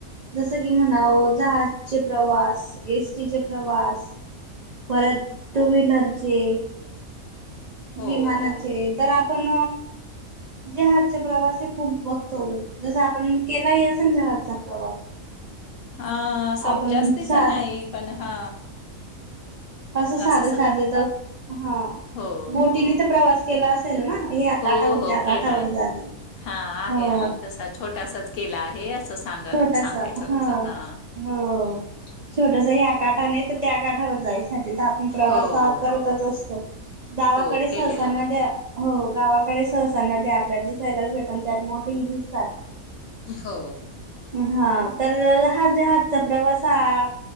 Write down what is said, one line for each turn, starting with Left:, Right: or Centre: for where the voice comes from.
Right: जसं की म्हणाव
Left: हो
Right: जहाजचे प्रवास, एसटीचे प्रवास, परत टूव्हिलरचे
Left: हो
Right: विमानाचे
Left: हो
Right: तर आपण. जहाजचा प्रवास हे खूप बघतो. आपण केलाही असे जहाजचा प्रवास
Left: हा स
Right: आपण
Left: जास्तीच
Right: सार
Left: नाही पण हा.
Right: तं साधे
Left: असं सा
Right: साधे तर हा
Left: हो
Right: बोटीने
Left: हो
Right: तर प्रवास, केला असेल ना हे या
Left: हो
Right: काठाहून
Left: हो
Right: त्या
Left: केला
Right: काठावर
Left: आहे
Right: जाणे
Left: हा आहे
Right: हो
Left: आहे तसा छोटासाच केला आहे. असं सांग
Right: छोटासा
Left: सांगायचं
Right: ह
Left: होतं हा
Right: हो. छोटस ह्या काठाने तर त्या काठावर जायचं. म्हणजे त आपण प्रवासा
Left: हो
Right: हा करतच असतो. गावा
Left: हो
Right: कडे
Left: केलेला
Right: सहसा
Left: आहे.
Right: नदया गावाकडे सहसा नद्या आपल्या दिसायलाच भेटन त्यात बोट ही दिसतात.
Left: हो.
Right: हा तर ह जहाजचा प्रवास हा.